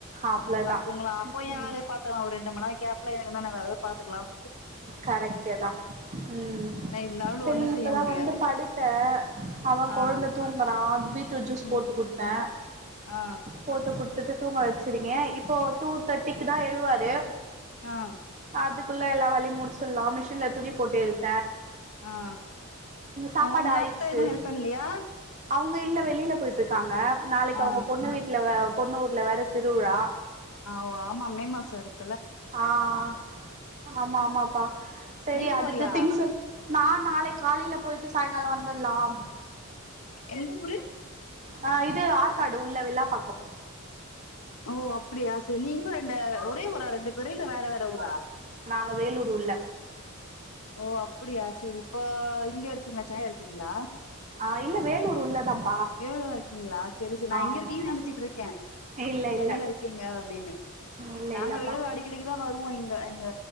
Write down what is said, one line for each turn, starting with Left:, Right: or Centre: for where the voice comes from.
Right: அவ்ளதா
Left: தூங்களாம் அப்போ என்
Right: ம்
Left: வேலய ஒரு ரெண்டு மணிநேர கேப்ல எனக்கு பாத்துக்கலாம்
Right: கரெக்டே தான் உம்
Left: நா இருந்தாலு
Right: சரி
Left: ஒண்ணு
Right: இப்பதான்
Left: செய்ய முடியாது
Right: வந்து படுத்தேன் அவன்
Left: ஆ
Right: குழந்த தூங்குறான் பீட்ரூட் ஜூஸ்
Left: ம்
Right: போட்டு குடுத்தேன்
Left: ஆ
Right: போட்டு கொ தூங்க வச்சிருக்கே இப்போ டூ தேர்ட்டிக்கு தான் எழுவாரு
Left: ஆஹ்
Right: அதுக்குள்ள எல்லாம் வலியும் முடிசுரெல்லாம் மிஷின்ல துணி போட்டு எடுத்து
Left: ஆஹ்
Right: சாப்பாடு
Left: உங்க
Right: ஆயிடுச்சு
Left: அத்த எதுவும் ஹெல்ப் பண்ணலையா
Right: அவங்க இல்ல வெளில போயிட்ருக்காங்க நாளைக்கு
Left: ஆ
Right: அவங்க பொண்ணு வீட்ல வ பொன்னூஊர்ல வேற திருவிழா
Left: ஆ ஆமா மே மாசோ இருக்
Right: ஆஹ் ஆமா ஆமாப்பா சரி
Left: நீங்க
Right: அதுக்கு
Left: போலியா
Right: திங்ஸ் நான் நாளை காலையில போயிட்டு சாயங்காலம் வந்த பலாம்
Left: எந்த ஊரு
Right: ஆ இது ஆற்காடு உள்ள வில்லாப்பாக்கம்
Left: ஓ அப்டியா செரி நீங்களு இந்த ஒரே ஊரா ரெண்டு புரியில வேற வேற ஊரா
Right: அ வேலூர் உள்ள
Left: ஓ அப்படியா சரி செரி இப்ப இங்க இருக்கீங்க <unintelligible> இருக்கீங்களா
Right: ஆ இலை வேலூர் உள்ள தான்
Left: வேலூர் இருக்கீங்களா சரி சரி நான் இங்க
Right: ஆமாமா
Left: இருக்கீங்கன்னு நினைச்சிட்டு இருக்கேன்
Right: இல்ல
Left: சென்னையில
Right: இல்ல
Left: இருக்கீங்க அப்படின்னு
Right: இல்ல
Left: நாங்க
Right: இல்லப்பா
Left: வேலூர் அடிக்கடிக்குதான் வருவோம் இங்க எங்க